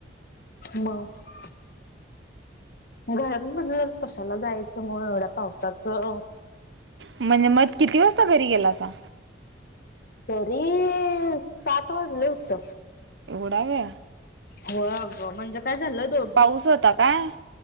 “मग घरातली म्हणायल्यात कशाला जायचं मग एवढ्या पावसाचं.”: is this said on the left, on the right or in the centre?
Left